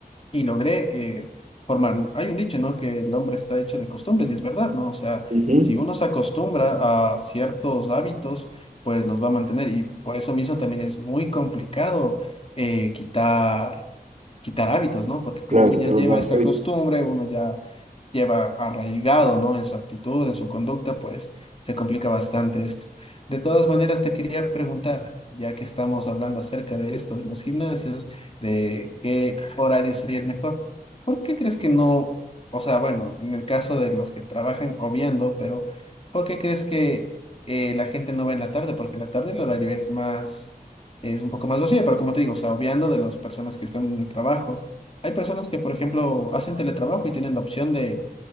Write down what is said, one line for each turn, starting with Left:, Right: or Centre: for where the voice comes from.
Left: y logré eh, formar. Hay un dicho, ¿no? Que el hombre está hecho de costumbres y es verdad, ¿no? O sea,
Right: ujú,
Left: si uno se acostumbra a ciertos hábitos, pues los va a mantener y por eso mismo también es muy complicado eh, quitar quitar hábitos, ¿no? Porque como
Right: Claro,
Left: uno
Right: quitar
Left: ya lleva
Right: los malos
Left: esta
Right: hábitos.
Left: costumbre, uno ya lleva arraigado, ¿no? En su actitud, en su conducta, pues se complica bastante esto. De todas maneras, te quería preguntar, ya que estamos hablando acerca de esto, de los gimnasios, de qué horario sería el mejor, ¿por qué crees que no, o sea, bueno, en el caso de los que trabajan, obviando, pero ¿por qué crees que eh, la gente no va en la tarde? Porque en la tarde el horario es más es un poco más vacía, pero como te digo, o sea, obviando de las personas que están en el trabajo, hay personas que, por ejemplo, hacen teletrabajo y tienen la opción de